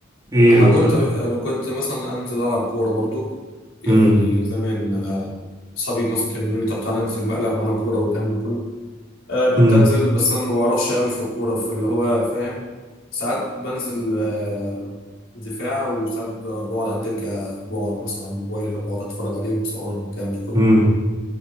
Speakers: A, on the right (about 15°); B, on the left (about 80°).
A: ايه
B: انا حاولت
A: الز...
B: انا كنت مثلا انزل العب كوره برضو يعني
A: مم.
B: زمان آه، اصحابي مثلا كانوا يقولوا لي طب تعالى انزل بقى العب معانا كوره والكلام ده كله آه
A: مم.
B: كنت انزل بس انا ما بعرفش قوي في الكوره فاللي هو فاهم ساعات بنزل آه دفاع وساعات ب- بقعد على الدكه بقعد مثلا على الموبايل بقعد اتفرج عليهم وصورهم والكلام ده كله
A: مم.